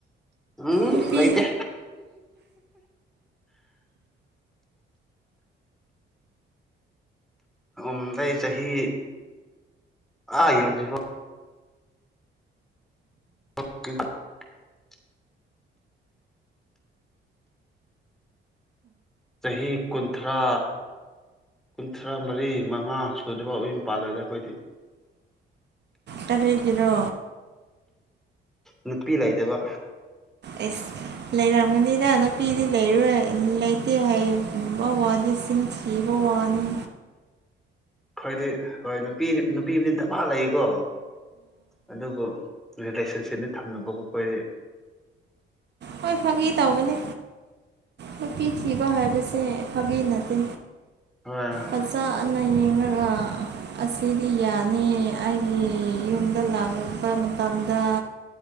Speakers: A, in the centre; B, on the right (about 60°).
A: ꯎꯝ
B: ꯅꯨꯄꯤ
A: ꯂꯩꯇꯦ ꯎꯝ ꯑꯩ ꯆꯍꯤ ꯑꯥ ꯌꯣꯗꯤꯐꯥꯎ <inaudible> ꯆꯍꯤ ꯀꯨꯟꯊ꯭ꯔꯥ ꯀꯨꯟꯊ꯭ꯔꯥ ꯃꯔꯤ ꯃꯉꯥ ꯁꯨꯗ꯭ꯔꯤꯕꯥꯎ ꯌꯨꯝ ꯄꯥꯜꯂꯣꯏꯗ ꯑꯈꯣꯏꯗꯤ
B: ꯀꯔꯤꯒꯤꯔꯣ
A: ꯅꯨꯄꯤ ꯂꯩꯇꯕ
B: ꯑꯦꯁ ꯂꯩꯔꯝꯒꯅꯤꯗ ꯅꯨꯄꯤꯗꯤ ꯂꯩꯔꯣꯏ ꯂꯩꯇꯦ ꯍꯥꯏꯕ ꯋꯥꯗꯤ ꯁꯤꯟ ꯊꯤꯕ ꯋꯥꯅꯤ
A: ꯈꯣꯏꯗꯤ ꯍꯣꯏ ꯅꯨꯄꯤ ꯅꯨꯄꯤꯕꯨꯗꯤ ꯗꯕꯥ ꯂꯩꯀꯣ ꯑꯗꯨꯕꯨ ꯔꯤꯂꯦꯁꯟꯁꯤꯞꯇꯤ ꯊꯝꯗꯕ ꯑꯈꯣꯏꯗꯤ
B: ꯍꯣꯏ ꯐꯒꯤ ꯇꯧꯕꯅꯦ ꯅꯨꯄꯤ ꯊꯤꯕ ꯍꯥꯏꯕꯁꯦ ꯐꯥꯒꯤ ꯅꯠꯇꯦ
A: <unintelligible>
B: ꯐꯖꯅ ꯌꯦꯡꯔꯒ ꯑꯁꯤꯗꯤ ꯌꯥꯅꯤ ꯑꯩꯒꯤ ꯌꯨꯝꯗ ꯂꯥꯛꯂꯛꯄ ꯃꯇꯝꯗ